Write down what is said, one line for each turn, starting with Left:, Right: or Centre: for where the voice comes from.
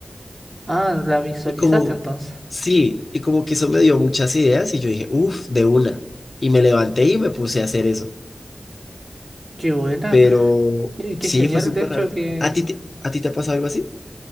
Right: Ah, la visualizaste
Left: Y como,
Right: entonces.
Left: sí, y como que eso me dio muchas ideas y yo dije, uff, de una. Y me levanté y me puse a hacer eso.
Right: Qué buena.
Left: Pero
Right: Y qué
Left: sí,
Right: genial,
Left: fue súper
Right: de hecho,
Left: raro.
Right: que
Left: ¿A ti te, a ti te ha pasado algo así?